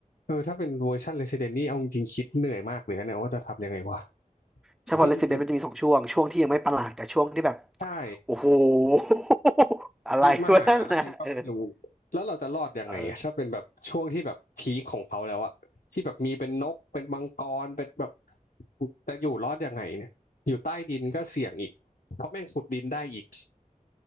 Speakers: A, on the left (about 85°); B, in the centre.
A: เออถ้าเป็นเวอร์ชัน Resident นี่เอาจริงๆคิดเหนื่อยมากเลยนะเนี่ยว่าจะทำยังไงวะ
B: ใช่พอ
A: <laughs> ขึ้นตึก
B: Resident มันจะมีสองช่วงช่วงที่ยังไม่ประหลาดกับช่วงที่แบบ
A: ใช่
B: โอ้โห <laughs> อะไรวะนั่นนะเออ
A: ธิมหาอะไรก็ไม่รู้แล้วเราจะรอดยังไงอะถ้าเป็นแบบช่วงที่แบบพีคของเขาแล้วอะที่แบบมีเป็นนกเป็นมังกรเป็นแบบ
B: เออ
A: จะอยู่รอดยังไงเนี่ยอยู่ใต้ดินก็เสี่ยงอีกเพราะแม่งขุดดินได้อีก